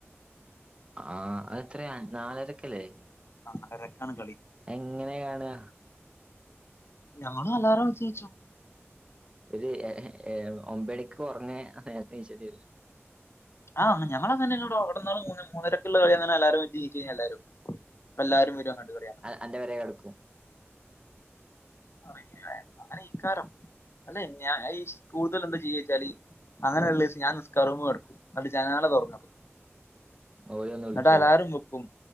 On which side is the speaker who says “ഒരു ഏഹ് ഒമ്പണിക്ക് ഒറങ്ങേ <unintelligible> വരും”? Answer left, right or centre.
Right